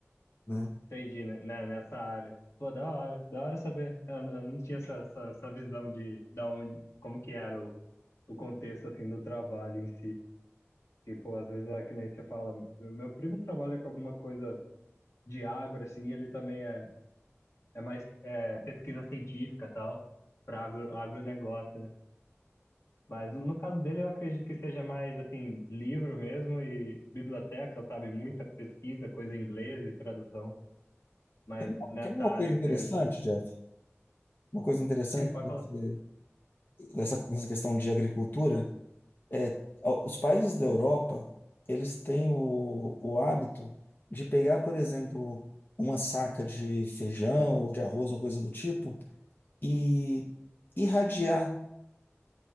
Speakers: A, on the left (about 45°); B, on the left (about 75°).
A: né?
B: Entendi, né? né, Nessa área. Pô, da hora, da hora saber. Eu, eu não tinha essa, essa, essa visão de da onde, como que era o, o contexto assim do trabalho em si. Porque, pô, às vezes é que nem você fala, meu, meu primo trabalha com alguma coisa de agro, assim, ele também é, é mais é, pesquisa científica e tal, para agro, agronegócio, né? Mas no caso dele, eu acredito que seja mais, assim, livro mesmo e biblioteca, sabe? Muita pesquisa, coisa em inglês e tradução. Mas
A: Tem,
B: nessa
A: tem uma
B: área
A: coisa
B: que
A: interessante,
B: você.
A: Jeff? Uma coisa interessante
B: Sim, pode
A: que você-
B: falar.
A: nessa, nessa questão de agricultura. é, a- os países da Europa, eles têm o, o hábito de pegar, por exemplo, uma saca de feijão ou de arroz ou coisa do tipo e irradiar.